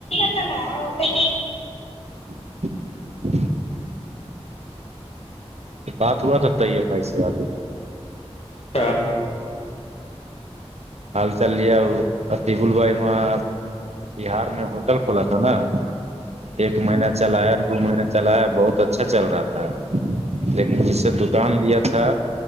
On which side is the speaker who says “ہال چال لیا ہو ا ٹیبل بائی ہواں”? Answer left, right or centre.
Right